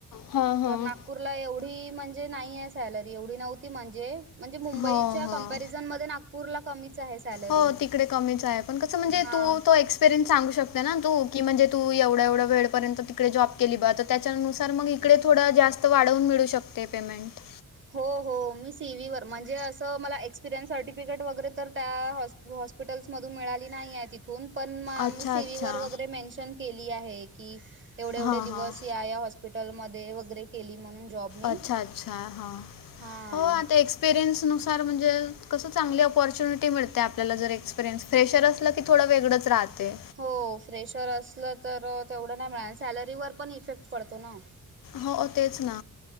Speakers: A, on the left; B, on the right.
A: हां हां
B: तर नागपूरला एवढी म्हणजे म्हणजे नाही आहे सॅलरी एवढी नव्हती म्हणजे म्हणजे मुंबईच्या
A: हो हो
B: कंपॅरिझनमध्ये नागपूर ला कमीच आहे सॅलरी
A: हो तिकडे कमीच आहे. कसं म्हणजे
B: हा
A: तू तो पेरंटस सांगू शकते ना तू की म्हणजे तू एवढं एवढ वेळपर्यंत तिकडे जॉब केली बा त्याच्यानुसार मग इकडे थोडं जास्त वाढवून मिळू शकते पेमेंट
B: हो, हो मी सीव्हीवर म्हणजे असं मला एक्सपिरियन्स सर्टिफिकेट वगैरे तर त्या हॉस हॉस्पिटल्स मधून मिळाली नाही आहे तिथ तथून पण
A: अच्छा,
B: सीवीवर
A: अच्छा.
B: वगैरे मेन्शन केली आहे की एवढे एवढे
A: हां,
B: दिवस
A: हां.
B: या या हॉस्पिटलमध्ये वगैरे केली म्हणून जॉब मी.
A: अच्छा अच्छा हा
B: हां.
A: हो आता एक्स एक्सपिरिनस नुसार म्हणजे कस चांगली अप्याचीनिटी मिळते आपल्याला जर एक्परियन्स फेशर असल की थोडं वेगळंच राहते
B: हो फ्रेशर असलं तर तेवढं नाही मिळत सॅलरीवर पण इफेक्ट पडतो ना
A: हो तेच ना